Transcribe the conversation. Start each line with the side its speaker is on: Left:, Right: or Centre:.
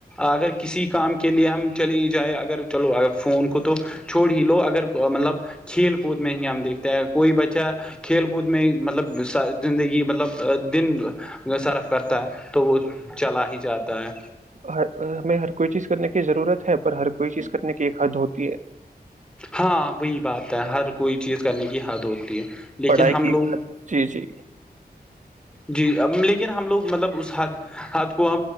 Centre: اگر کسی کام کے لیے ہم چلی جائیں اگر چلو اگر فون کو تو چھوڑ ہی لو اگر مطلب کھیل کود میں ہی ہم دیکھتے ہیں کوئی بچہ کھیل کود میں مطلب زندگی مطلب دن صرف کرتا ہے تو وہ چلا ہی جاتا ہے
Right: ہر ہمیں ہر کوئی چیز کرنے کی ضرورت ہے پر ہر کوئی چیز کرنے کی ایک حد ہوتی ہے
Centre: ہاں وہی بات ہے ہر کوئی چیز کرنے کی حد ہوتی ہے لیکن
Right: پڑھائی
Centre: ہم
Right: کی ایک
Centre: لوگ
Right: حد جی جی
Centre: جی لیکن ہم لوگ مطلب اس حد حد کوہ